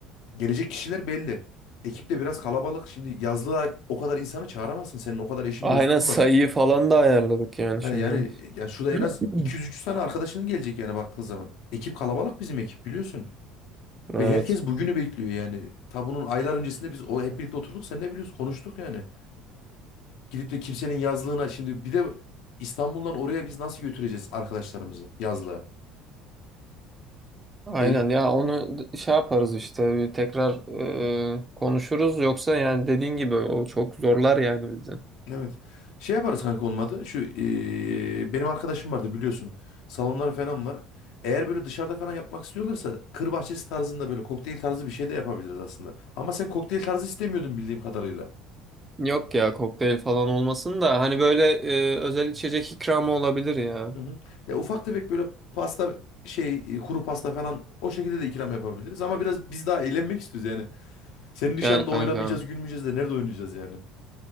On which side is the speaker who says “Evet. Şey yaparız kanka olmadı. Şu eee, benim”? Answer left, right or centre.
Left